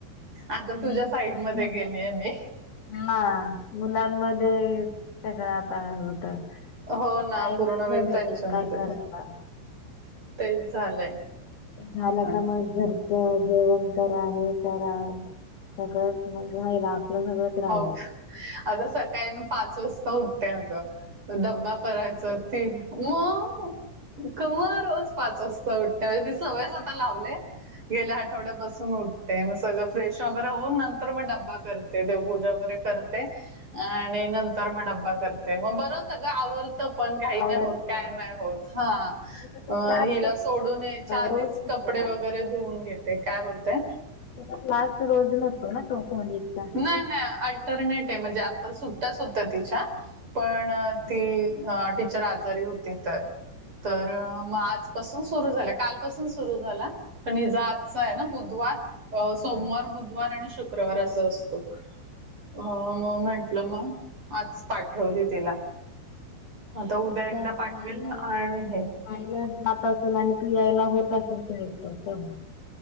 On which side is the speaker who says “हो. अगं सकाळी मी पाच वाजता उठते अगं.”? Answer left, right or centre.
Right